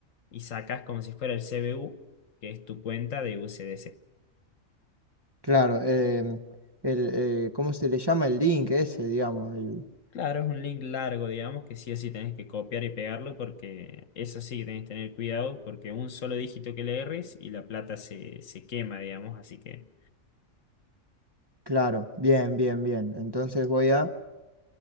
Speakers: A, on the left; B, on the right.
A: y sacás como si fuera el CBU, que es tu cuenta de USDC.
B: Claro, em, el, eh, ¿cómo se le llama el link ese, digamos? El,
A: Claro, es un link largo, digamos, que sí o sí tenés que copiar y pegarlo porque eso sí que tenés que tener cuidado porque un solo dígito que le erres y la plata se, se quema, digamos, así que,
B: claro, bien, bien, bien. Entonces voy a